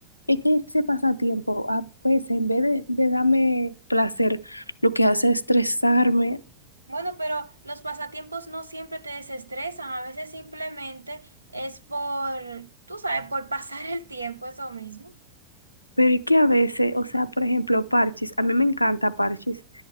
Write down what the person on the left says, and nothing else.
Es que ese pasatiempo a veces en vez de, de darme placer, lo que hace es estresarme,
pero es que a veces, o sea, por ejemplo, parches, a mí me encanta parches,